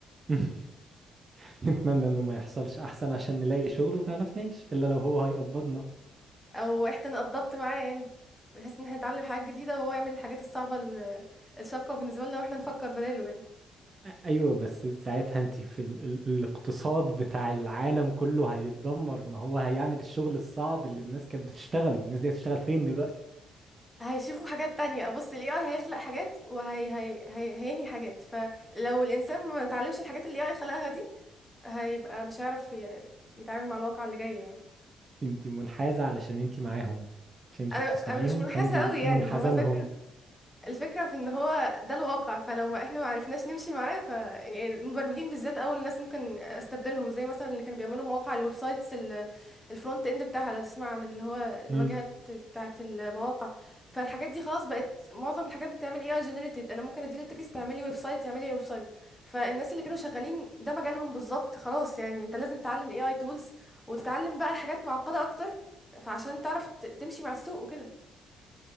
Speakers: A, on the right; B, in the centre.
A: <laughs> نتمنى انه ما يحصلش احسن عشان نلاقي شغل ونعرف نعيش الا لو هو هيقبضنا
B: او احنا نقضبط معاه يعني بحيث ان احنا نتعلم حاجات جديده وهو يعمل الحاجات الصعبه ال- الشاقه بالنسبه لنا واحنا نفكر بداله يعني
A: ايوه بس ساعتها انت في ال... ال... الاقتصاد بتاع العالم كله هيتدمر ما هو هيعمل الشغل الصعب اللي الناس كانت بتشتغله الناس دي هتشتغل فين دلوقتي
B: هيشوفوا حاجات تانية بص ال AI هيخلق حاجات وهي هي هي هينهي حاجات فلو الإنسان ما اتعلمش الحاجات اللي AI خلقها دي هيبقى مش هيعرف ي- يتعامل مع الواقع اللي جاي يعني
A: انت منحازة علشان انت معاهم عشان انت
B: أنا
A: بتصنعيهم
B: أنا مش منحازة
A: فانت
B: قوي يعني
A: منحازة
B: هو الفكرة
A: لهم
B: الفكرة في ان هو ده الواقع فلو ما احنا ما عرفناش نمشي معاه ف يعني المبرمجين بالذات اول ناس ممكن استبدلهم زي مثلا اللي كانوا بيعملوا مواقع الويب سايتس ال- الفرونت اند بتاعها لو تسمع عن اللي هو الواجهات
A: امم
B: بتاعة المواقع فالحاجات دي خلاص بقت معظم الحاجات بتعمل اي اي جنريتد انا ممكن اديله التكست تعملي ويب سايت يعمل لي ويب سايت فالناس اللي كانوا شغالين ده مجالهم بالظبط خلاص يعني انت لازم تتعلم الاي اي تولز وتتعلم بقى الحاجات معقدة اكتر فعشان تعرف ت- تمشي مع السوق وكده